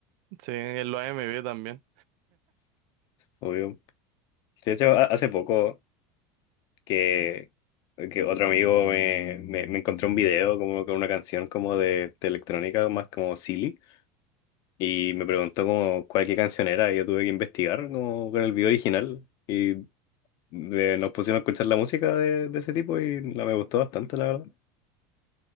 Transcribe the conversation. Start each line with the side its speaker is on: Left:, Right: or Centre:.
Right: Sí, en los A M V también.
Left: obvio. De hecho, ha- hace poco que, que otro amigo me, me, me encontró un video como con una canción como de, de electrónica más como silly Y me preguntó como cuál qué canción era, y yo tuve que investigar como con el video original. Y de- nos pusimos a escuchar la música de, de ese tipo y la, me gustó bastante, la verdad.